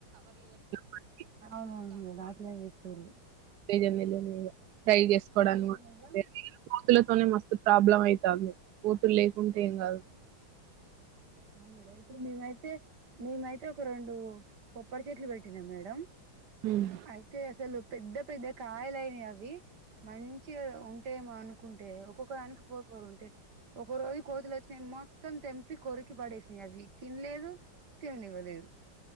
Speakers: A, on the right (about 75°); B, on the right (about 55°).
A: వాటికి
B: అవును అవును అట్ల చేస్తరు
A: నిజమేలే అదిగా ట్రై చేసుకోడాను
B: కూడా మేడం
A: కోతులు తోనే మస్తు ప్రాబ్లమ్ అయితాంది కోతులు లేకుంటే ఏం కాదు
B: ఆ మేడం ఇప్పుడు మేమైతే మేమైతే ఒక రెండు కొబ్బరి చెట్లు పెట్టినాం మేడం
A: హ్మ్.
B: అయితే అసలు పెద్ద పెద్ద కాయలయినా అవి మంచిగా ఉంటయేమో అనుకుంటే ఒక్కొక్క దానికి ఫోర్ ఫోర్ ఉంటే ఒక రోజు కోతులు వచ్చినయి మొత్తం తెంపి కొరికి పడేసినయి అవి తిన్లేదు తినన్నివ్వలేదు.